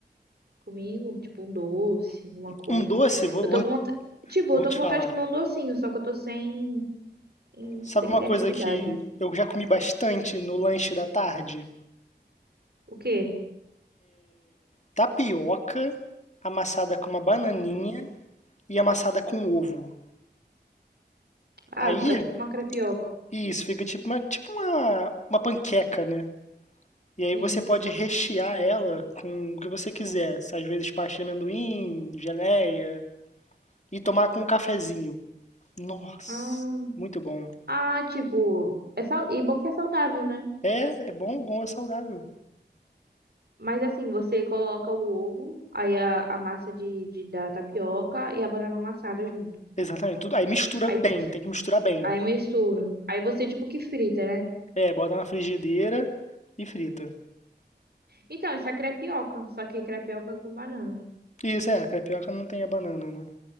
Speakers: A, on the right; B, on the left.
A: comigo? Tipo um doce, alguma coisa?
B: Um doce, vou,
A: Eu
B: vou,
A: tô com vontade, tipo, eu
B: vou
A: tô
B: te
A: com
B: falar.
A: vontade de comer um docinho, só que eu tô sem,
B: Sabe
A: sem
B: uma
A: criatividade.
B: coisa que eu já comi bastante no lanche da tarde?
A: O quê?
B: Tapioca amassada com uma bananinha e amassada com ovo.
A: Ah,
B: Aí,
A: ficar tipo uma crepioca.
B: isso, fica tipo uma, tipo uma, uma panqueca, né? E aí
A: Sim.
B: você pode rechear ela com o que você quiser. Às vezes pasta de amendoim, geleia. E tomar com um cafezinho. Nossa,
A: Ah.
B: muito bom.
A: Ah, tipo, é sal... e bom que é saudável, né?
B: É, é bom, bom, é saudável.
A: Mas assim, você coloca o ovo, aí a, a massa de, de, da tapioca e a banana amassada junto.
B: Exatamente, tudo. Aí mistura
A: Aí,
B: bem, tem que misturar bem.
A: aí mistura. Aí você tipo que frita, né?
B: É, bota na frigideira e frita.
A: Então, isso é crepioca, só que crepioca com banana.
B: Isso, é, crepioca não tem a banana, né?